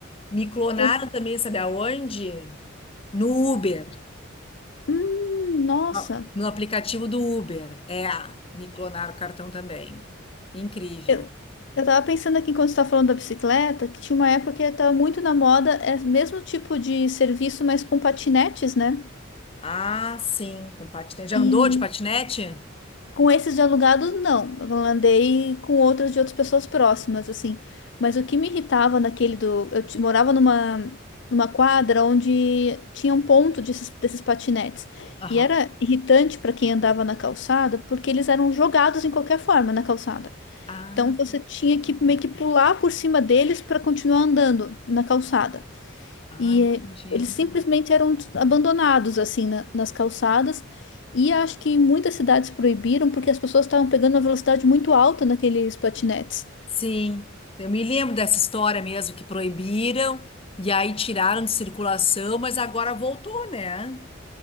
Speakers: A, on the left; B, on the left.
A: Me clonaram
B: Eu,
A: também, sabe aonde? No Uber,
B: hum, nossa.
A: no, no aplicativo do Uber. É, me clonaram o cartão também. Incrível.
B: Eu, eu tava pensando aqui quando você tá falando da bicicleta, que tinha uma época que tava muito na moda, é o mesmo tipo de serviço, mas com patinetes, né?
A: Ah, sim, com patinete. Já
B: E
A: andou de patinete?
B: Com esses de alugados, não. Eu andei com outras de outras pessoas próximas, assim. Mas o que me irritava naquele do. Eu ti- morava numa, numa quadra onde tinha um ponto desses, desses patinetes.
A: Aham.
B: E era irritante para quem andava na calçada, porque eles eram jogados em qualquer forma na calçada.
A: Ah,
B: Então você tinha que meio que pular por cima deles para continuar andando na calçada.
A: ah,
B: E
A: entendi.
B: é, eles simplesmente eram des- abandonados assim na- nas calçadas. E acho que muitas cidades proibiram porque as pessoas estavam pegando uma velocidade muito alta naqueles patinetes.
A: Sim, eu me lembro dessa história mesmo, que proibiram e aí tiraram de circulação, mas agora voltou, né?